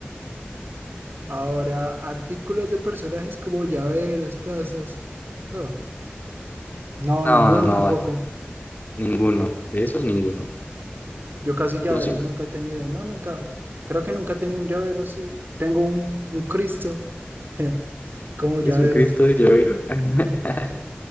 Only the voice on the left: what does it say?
No,
no, no,
as- ninguno. De esos, ninguno.
¿Tú sí?
¿Eres
un Cristo de llavero? <laughs>